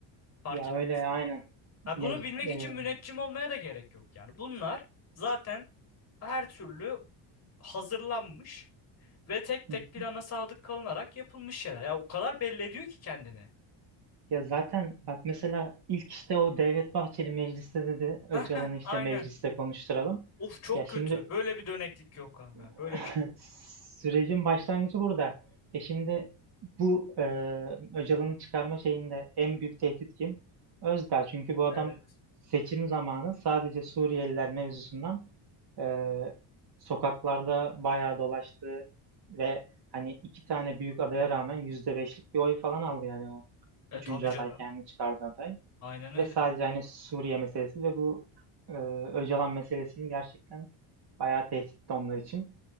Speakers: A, on the left; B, on the right.
A: Fark
B: Ya
A: et.
B: öyle aynen.
A: Ha,
B: Mec-
A: bunu bilmek için
B: e,
A: müneccim olmaya da gerek yok yani. Bunlar zaten her türlü hazırlanmış. Ve tek
B: hı
A: tek
B: hı.
A: plana sadık kalınarak yapılmış şeyler. Ya o kadar belli ediyor ki kendini.
B: ya zaten bak mesela ilk işte o Devlet Bahçeli mecliste dedi
A: <laughs>
B: Öcalan'ı
A: Heh, heh,
B: işte
A: aynen.
B: mecliste konuşturalım.
A: Of çok
B: Ya şimdi
A: kötü. Böyle bir döneklik yok abi.
B: <laughs>
A: Böyle bir şey yok.
B: Sürecin başlangıcı burada. E şimdi bu e, Öcalan'ı çıkarma şeyinde en büyük tehdit kim? Özdağ. Çünkü bu adam
A: Evet.
B: seçim zamanı sadece Suriyeliler mevzusundan e, sokaklarda bayağı dolaştı ve hani iki tane büyük adaya rağmen yüzde beşlik bir oy falan aldı yani o
A: E
B: üçüncü
A: tabii
B: aday
A: canım.
B: kendini çıkardı aday.
A: Aynen öyle.
B: Ve sadece hani Suriye meselesi ve bu e, Öcalan meselesini gerçekten bayağı tehditti onlar için.